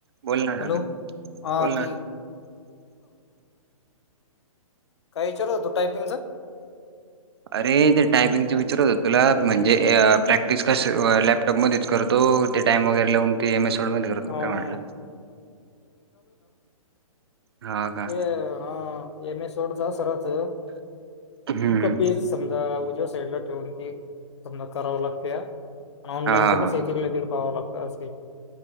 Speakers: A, on the right (about 45°); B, on the left (about 50°).
A: बोल ना
B: हॅलो,,
A: सागर
B: हा
A: बोल ना
B: तेऽ काय विचारत होतो टायपिंगच?
A: अरे
B: हॅलो
A: ते टायपिंगच विचारत होतो तुला,, म्हणजे प्रॅक्टिस कसऽऽ टब मध्येच करतो,, ते टाइम वगैरे लावूनऽ <unintelligible> करतो
B: हा
A: काय म्हटलं
B: हा.
A: हा का
B: हे हा एम ए सोडच अस राहत,
A: हम्म हम्म.
B: कपीज समजा उजव्या साईडला ठेवून की समजा कराव लागत्या ऑनलाईन
A: हा हा
B: च कसयं
A: हा
B: तिथल्या तिथं पाहावं लागतंय असय